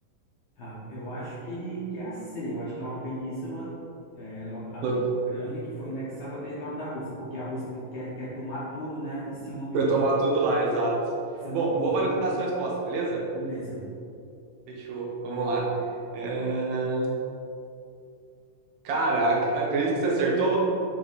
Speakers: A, on the left; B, on the right.
A: Rap- Eu acho que, que é a C, eu acho que é uma península é, lo- ali
B: eu
A: da Ucrânia que foi anexada ao território da Rússia, porque a Rússia quer, quer tomar tudo, né? E se eu não me engano,
B: tomar tudo lá, exato.
A: se eu não
B: Bom,
A: me engano,
B: vou validar a sua resposta, beleza?
A: beleza.
B: Fechou. Vamos lá. É, Cara, ac- acredito que você acertou.